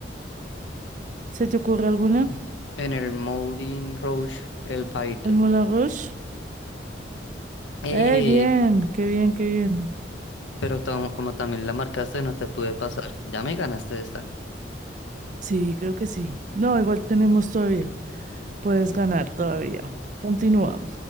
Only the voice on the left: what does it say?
En el Moulin Rouge, el baile.
Eh,
pero tam- como también la marcaste, no te pude pasar. Ya me ganaste esta.